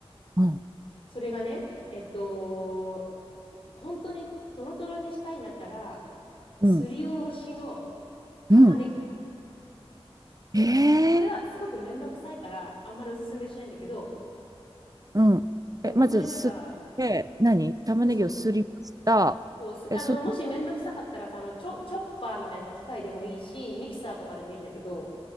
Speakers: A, on the right; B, on the left.
A: うん、
B: それがね、えっと、本当にトロトロにしたいんだったら、すりおろしの
A: うん、
B: 玉ねぎ。
A: うん。ええ
B: これはすごくめんどくさいから、あんまりおすすめしないんだけど、
A: うん。
B: でも本当になんか、
A: え、まず、すって、何玉ねぎをすりました。
B: そうそう。そうすあの、
A: え、そ、う
B: もしめんどくさかったらさ、あの、チョ、チョッパーみたいな機械でもいいし、ミキサーとかでもいいんだけど、